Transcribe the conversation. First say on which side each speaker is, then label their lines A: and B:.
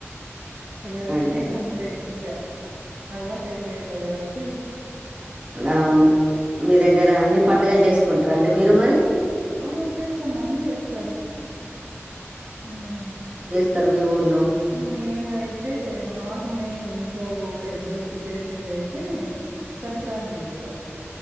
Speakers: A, on the right; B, on the right.
A: ఎవరికైనా
B: అదే
A: అంతే ఇంకా అలవాటై పోయింటది కాబట్ ట్టి
B: అవును మీ దగ్గర అన్ని పండుగలు చేసుకుంటార అండి మీరు మరి
A: ఆ చేస్తాం అన్ని చేస్తారు మ్
B: త్తరు మీ ఉర్లో
A: మేమైతే మాకు మేన్ ఇంట్ ట్లో పెద్దలకి చేసేదైతే సంక్రాంతి ఎక్కువ